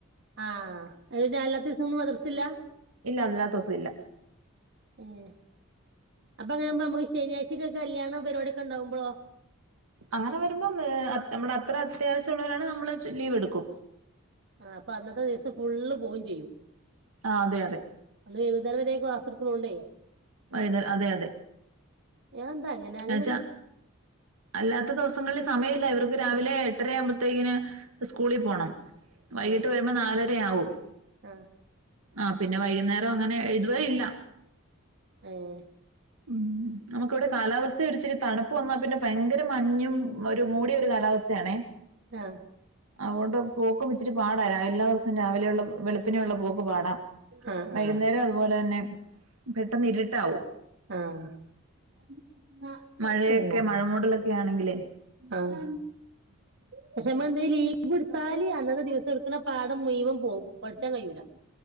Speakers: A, on the right; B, on the right.
A: ആഹ് അ ഞാൻ എല്ലാത്ത ദിവസം ഒന്നും മദർസില്ല
B: ഇല്ല അല്ലാത്ത ദിവസം ഇല്ല
A: ഉം അപ്പാങ്ങനാവുമ്പം ഞമ്മ ശനിയാഴ്ചൊക്കെ കല്യാണൊ പരിപാടിയൊക്കെ ഇണ്ടാവുമ്പോളോ
B: അങ്ങനെ വരുമ്പം നമ്മടെ അത്ര അത്യാവശ്യംഉ ള്ളവരാണ് നമ്മള് ലീവ് എടുക്കും
A: ആ അപ്പൊ അന്നത്തെ ദിവസം ഫുള്ള് പോവും ചെയ്യും
B: ആഹ് അതെ അതെ
A: അന്ന് വൈകുന്നേരം വരെ ക്ലാസ്സ്‌ ഇട് ക്ക്ണോണ്ടേ
B: വൈന്നേ അതെ അതെ
A: അതെന്താ അങ്ങനെ അങ്ങനെ
B: എന്നച്ചാ അല്ലാത്ത ദിവസങ്ങളിൽ സമയല്ല ഇവർ ക്ക് രാവിലെ എട്ടരയാവുമ്പോത്തേക്കിനും സ്കൂളിൽ പോണം വൈകിട്ട്
A: ആഹ്
B: വരുമമ്പൊ നാലരയാവും
A: ആഹ്
B: ആ പിന്നെ വൈകുന്നേരം അങ്ങനെ എഴുതുവേ ഇല്ല
A: ആഹ്
B: ഉം നമുക്കിവിടെ കാലാവ സ്ഥ ഒരിച്ചിരി തണുപ്പ് വന്നാൽ പിന്നെ ഭയങ്കര മഞ്ഞും ഒരു മൂടിയൊരു കാലാവസ്ഥയാണേ
A: ആഹ്
B: അതുകൊണ്ട് പോക്കും ഇച്ചിരി പാടാ എല്ലാ ദിവസും രാ രാവിലെയുള്ള വെളുപ്പിനെയുള്ള പോക്ക് പാടാ
A: ആഹ്
B: വൈകുന്നേരോം
A: ആഹ്
B: അതുപോലെതന്നെ പെട്ടെന്ന് ഇരിട്ടാവും
A: ആഹ്
B: മഴയൊക്കെ
A: ഓഹ്
B: മഴമൂടലൊക്കെയാണെങ്കിലേ
A: ആഹ് പക്ഷെ നമ്മെന്തേ ലീവെടുത്താല് അന്നത്തെ ദിവസം എടുക്ക്ണ പാഠം മുയുവൻ പോകും പഠിച്ചാൻ കയൂല